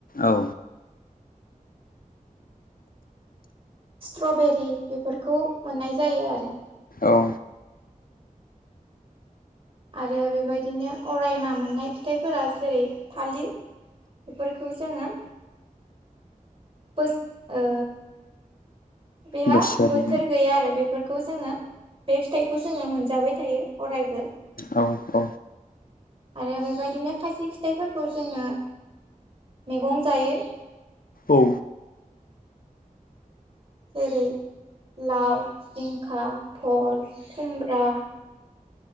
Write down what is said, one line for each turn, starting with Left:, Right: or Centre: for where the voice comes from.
Left: औ
Right: स्ट्रबेरि बेफोरखौ मोननाय जायो आरो।
Left: औ।
Right: आरो बेबायदिनो अरायमा मोननाय फिथाइफोरा जेरै थालिर। बेफोरखौ जोङो बोस ओ बेहा
Left: बोसोर
Right: बोथोर
Left: उम
Right: गैया आरो बेफोरखौ जोङो बे फिथाइखौ जोङो मोनजाबाय थायो। अरायबो
Left: औ औ
Right: आरो बे बायदिनो खायसे फिथाइफोरखौ जोङो मैगं जायो।
Left: औ।
Right: जेरै लाव, जिंखा, भल, खुमब्रा